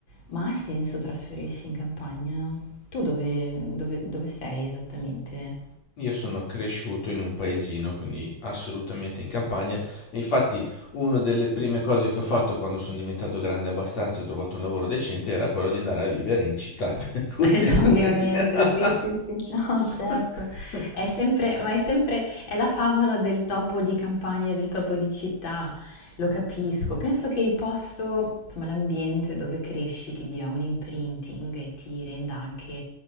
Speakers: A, on the left; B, on the left.
A: Ma ha senso trasferirsi in campagna? Tu dove, dove- dove sei esattamente?
B: Io sono cresciuto in un paesino, quindi assolutamente in campagna. E infatti, una delle prime cose che ho fatto quando sono diventato grande abbastanza e ho trovato un lavoro decente era quello di andare a vivere in città. <laughs> Per cui
A: <laughs> Eh
B: penso
A: già, ovviamente,
B: che sia.
A: sì, sì, sì, <laughs> no, certo.
B: <laughs>
A: È sempre, ma è sempre, è la favola del topo di campagna e del topo di città, lo capisco. Penso che il posto, insomma, l'ambiente dove cresci ti dia un imprinting e ti renda anche,